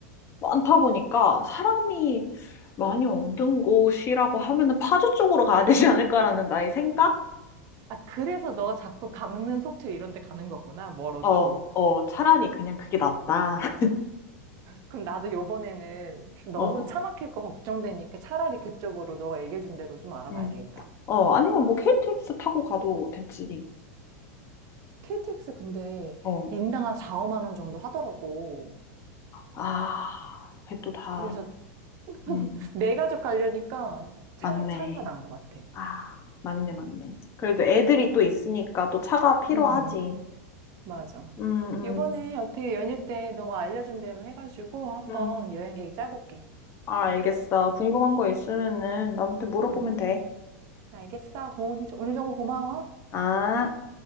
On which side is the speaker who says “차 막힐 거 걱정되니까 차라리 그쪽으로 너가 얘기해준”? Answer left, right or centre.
Right